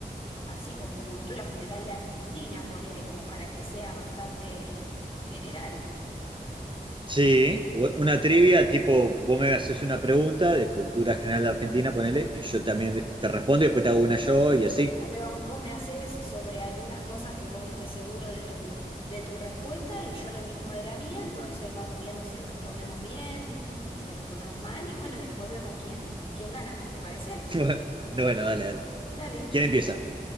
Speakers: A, on the left; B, on the right.
A: así como cultura general de Argentina, ponele como para que sea bastante general.
B: Sí, u- una trivia tipo, vos me haces una pregunta de cultura general de Argentina, ponele, y yo también te respondo y después te hago una yo y así.
A: Claro, vos me haces sobre algunas cosas que vos estés seguro de tu, de tu respuesta y yo lo mismo de la mía, entonces vamos viendo si respondemos bien, eh, si respondemos mal y bueno, y después vemos quién, quién gana, ¿te parece?
B: <laughs> Bueno, dale, dale.
A: Dale,
B: ¿Quién
A: genial.
B: empieza?